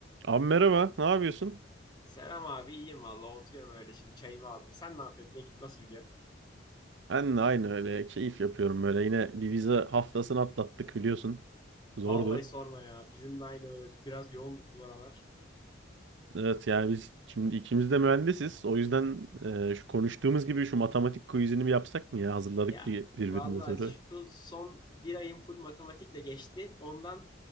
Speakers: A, on the right; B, on the left.
A: Abi merhaba, ne yapıyorsun?
B: Selam abi iyiyim valla oturuyorum öyle şimdi çayımı aldım. Sen ne yapıyorsun? Ne git nasıl gidiyor?
A: Ben de aynı öyle keyif yapıyorum böyle. Yine bir vize haftasını atlattık biliyorsun. Zordu.
B: Vallahi sorma ya. Bizim de aynı öyle biraz yoğunduk bu aralar.
A: Evet yani biz şimdi ikimiz de mühendisiz. O yüzden e, şu konuştuğumuz gibi şu matematik quizini bir yapsak mı ya? Hazırladık
B: Ya
A: bir birbirimize
B: valla
A: soru.
B: şu son bir ayım full matematikle geçti. Ondan